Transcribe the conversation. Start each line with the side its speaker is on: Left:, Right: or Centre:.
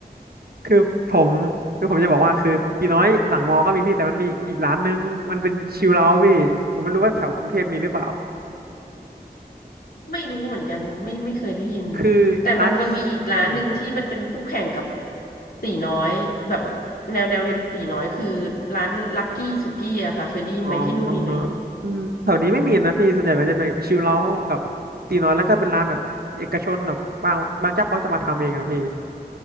Right: คือผมคือผมจะบอกว่าคือตีน้อยหลังมอก็มีพี่แต่มันมีอีกร้านนึงมันเป็นชิลเอาท์พี่ผมไม่รู้ว่าแถวกรุงเทพมีหรือเปล่า
Left: <laughs> ไม่รู้เหมือนกันไม่ไม่เคยได้ยิน
Right: คือร้าน
Left: แต่มันจะมีอีกร้านหนึ่งที่มันเป็นคู่แข่งกับ
Right: อืม
Left: ตีน้อยแบบแนวแนวเดียวกับตีน้อยคือร้านลักกี้สุกี้อะค่ะเคยได้ยินไหมที่นู่นมีไหม
Right: อ๋ออืมแถวนี้ไม่มีนะพี่ส่วนใหญ่มันจะเป็นแบบชิลเอาท์กับตีน้อยแล้วก็เป็นร้านแบบเอกชนแบบบางบางเจ้าเขาจะมาทำเองอะพี่